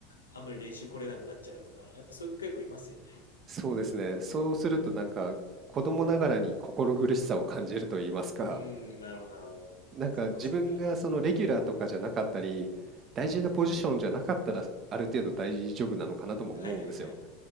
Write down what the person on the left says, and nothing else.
あんまり練習来れなくなっちゃうとか、やっぱそういう子結構いますよね。
うん。
うーん、なるほど、なるほど。
そうか、そうか。
はいはいはい。